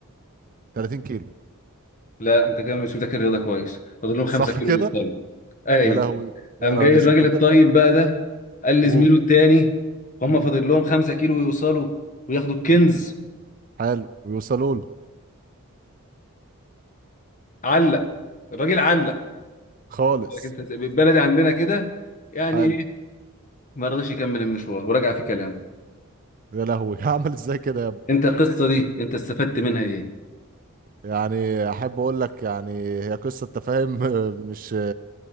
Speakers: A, on the right; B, on the left.
A: 30 كيلو
B: لا انت كده مش مذاكر الرياضة كويس فضل لهم خمسة
A: صح
B: كيلو
A: كده
B: يوصلوا ايوه
A: يا لهوي يا
B: قام
A: نهار
B: جاي
A: اسود
B: الراجل
A: ده
B: الطيب
A: كده
B: بقى ده قال لزميله
A: قول
B: التاني هم
A: مم.
B: فاضل لهم خمسة كيلو يوصلوا وياخدوا الكنز
A: مم. حلو ويوصلوا له
B: علق الراجل علق
A: خالص
B: لكن انت زي- بالبلدي عندنا كده يعني
A: حلو
B: إيه؟ ما رضيش يكمل المشوار ورجع في كلامه
A: يا لهوي <laughs> هعمل ازاي كده
B: انت القصه دي انت استفدت منها ايه
A: يعني احب اقول لك يعني هي قصه تفاهم <laughs> مش